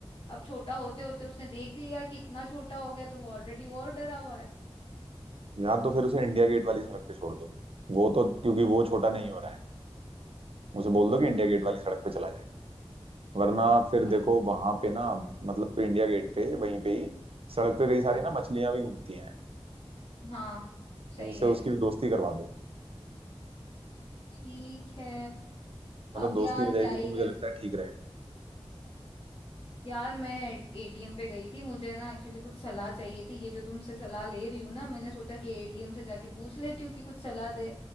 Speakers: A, on the left (about 60°); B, on the right (about 65°).
A: अब छोटा होते होते उसने देख लिया कि इतना छोटा हो गया तो वो ऑलरेडी और डरा हुआ है
B: यार तो फिर उसे इंडिया गेट वाली सड़क पे छोड़ दो वो तो क्योंकि वो छोटा नहीं हो रहा है उसे बोल दो कि इंडिया गेट वाली सड़क पे चला जाए वरना फिर
A: यार
B: देखो वहां पे ना मतलब इंडिया गेट पे वहीं पे ही सड़क पे कई सारी
A: हम्म
B: ना मछलियां भी घूमती हैं
A: हाँ सही
B: उनसे
A: है
B: उसकी दोस्ती करवा दो
A: ठीक है
B: मतलब
A: अब
B: दोस्ती
A: यार
B: हो जाएगी
A: क्या ही
B: तो मुझे
A: कर
B: लगता है ठीक रहेगा
A: यार मैं एटीएम पे गई थी मुझे ना एक्चुअली कुछ सलाह चाहिए थी ये जो तुमसे सलाह ले रही हूँ ना मैंने सोचा कि एटीएम से जाके पूछ लेती हूँ कि कुछ सलाह दे